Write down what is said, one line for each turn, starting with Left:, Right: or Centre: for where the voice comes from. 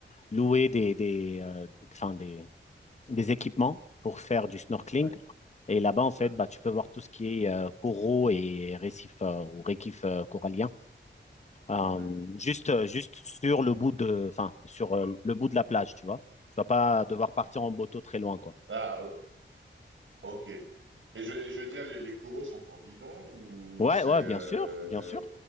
Left: louer des, des, euh, enfin, des, des équipements pour faire du snorkeling.
Right: oui,
Left: Et là-bas, en
Right: oui,
Left: fait, bah, tu peux voir tout ce qui est euh, coraux et récifs euh, ou récifs euh, coralliens, euh,
Right: oui.
Left: juste, euh, juste sur le bout de, enfin, sur euh, le bout de la plage, tu vois. Tu vas pas devoir partir en bateau très loin, quoi.
Right: Ah, ok. Et je, et je veux dire, les, les coraux sont encore vivants ou
Left: Ouais,
Right: c'est
Left: ouais,
Right: euh,
Left: bien sûr, bien sûr.